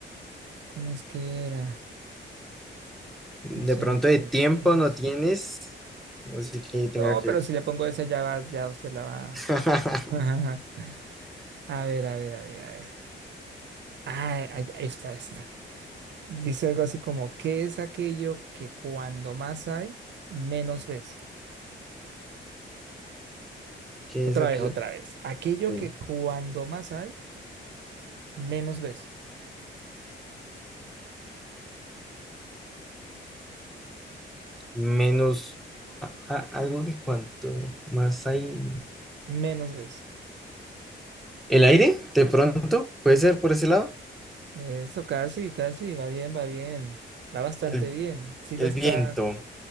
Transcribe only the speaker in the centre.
De
pronto de
tiempo no tienes, así que tenga
que
ver.
<laughs>
¿Qué
es aquello
que
te-
menos a- a- algo que cuanto más hay?
¿El aire? De pronto, puede ser por ese lado.
El,
el
viento,